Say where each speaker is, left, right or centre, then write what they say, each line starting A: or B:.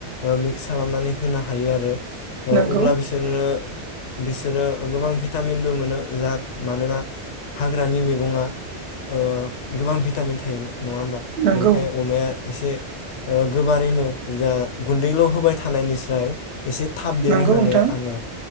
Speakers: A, on the left (about 85°); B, on the right (about 70°).
A: ओ मिक्स खालामनानै होनो हायो आरो ओ
B: नंगौ
A: अब्ला बिसोरनो बिसोरो गोबां भिटामिनबो मोनो जा मानोना हाग्रानि मैगङा ओ गोबां भिटामिन थायो नङा बेनिखायनो
B: नंगौ
A: अमाया एसे ओ गोबारैनो जा गुन्दैल' होबाय थानायनिस्राय एसे थाब देरो
B: नंगौ
A: होननानै
B: नोंथां
A: आङो